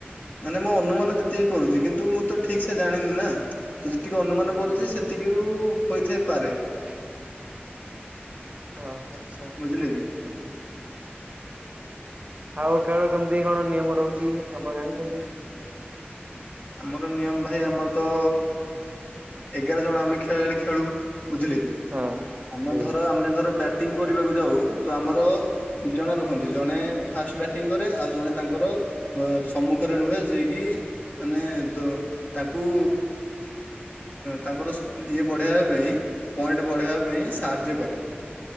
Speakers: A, on the left; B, on the right.
A: ମାନେ ମୋ ଅନୁମାନ ଯେତିକି କରୁଚି କିନ୍ତୁ ମୁଁ ତ ଠିକି ସେ ଜାଣିନି ନା। ତ ଯେତିକି ଅନୁମାନ
B: ହୁଁ
A: କରୁଚି
B: ହୁଁ
A: ସେତିକି ରୁ ହୋଇଥାଇପାରେ।
B: <inaudible>
A: <unintelligible>
B: ଅ ହାଚ୍ଛା।
A: ବୁଝିଲେ କି?
B: ଆଉ ଖେଳ କେମିତି କଣ ନିୟମ ରହୁଚି ଆପଣ ଜାଣିଛନ୍ତି?
A: ଆମର ନିୟମ ଭାଇ ଆମର ତ ଏଗାର ଜଣ ଆମେ ଖେଳାଳି ଖେଳୁ ବୁଝିଲେ କି
B: ହଁ
A: ଆମ
B: ଆଜ୍ଞା
A: ଧର ଆମେ ଧର ବ୍ୟାଟିଙ୍ଗି କରିବାକୁ ଯାଉ ତ ଆମର ଦି ଜଣ ରୁହନ୍ତି ଜଣେ ଫାଷ୍ଟ ବ୍ୟାଟିଂ କରେ ଆଉ ଜଣେ ତାଙ୍କର ସମ୍ମୁଖରେ ରୁହେ ଯିଏକି ମାନେ ତାଙ୍କୁ ତାଙ୍କର ଇଏ ବଢ଼େଇବା ପାଇଁ ପଏଣ୍ଟ ବଢ଼େଇବା ପାଇଁ ସାହାଯ୍ୟ କରେ।